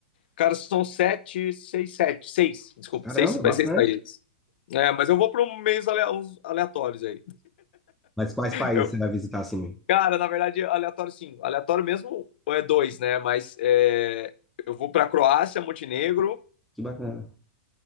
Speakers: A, on the left (about 60°); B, in the centre.
A: Cara, são sete, seis, sete, seis, desculpa,
B: Caramba,
A: seis, faz
B: bastante.
A: seis países. É, mas eu vou para um meios ale- uns aleatórios aí.
B: Mas quais países
A: Eu-
B: você vai visitar assim?
A: cara, na verdade, aleatório sim. Aleatório mesmo é dois, né? Mas é, eu vou para Croácia, Montenegro.
B: Que bacana.